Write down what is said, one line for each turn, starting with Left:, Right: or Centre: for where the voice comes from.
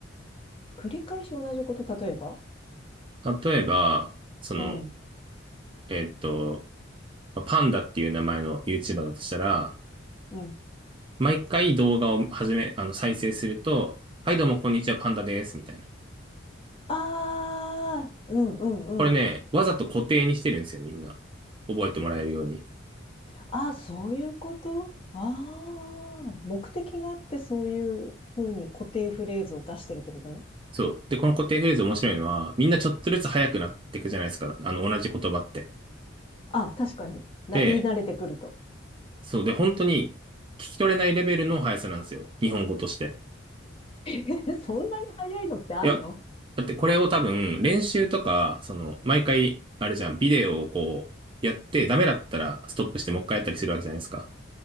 Left: 繰り返し同じこと、例えば
Right: 例えば、その、
Left: うん、
Right: えっと、まあパンダっていう名前の YouTuber だとしたら、
Left: うん。
Right: 毎回動画を始め、あの、再生すると、はい、どうも、こんにちは、パンダです、みたいな。
Left: ああ、うん、うん、
Right: これね、
Left: うん。
Right: わざと固定にしてるんですよ、みんな。覚えてもらえるように。
Left: ああ、そういうことああ目的があってそういうふうに固定フレーズを出してるってことね。
Right: そう。で、この固定フレーズ面白いのは、みんなちょっとずつ速くなっていくじゃないですか。あの、同じ言葉って。
Left: あ、確かに。な、
Right: で、
Left: 言い慣れてくると。
Right: そう。で、本当に聞き取れないレベルの速さなんですよ。日本語として。
Left: <laughs> え、そんなに早いのってあんの
Right: いや、だってこれを多分、練習とか、その、毎回、あれじゃん、ビデオをこう、やって、ダメだったらストップしてもう一回やったりするわけじゃないですか。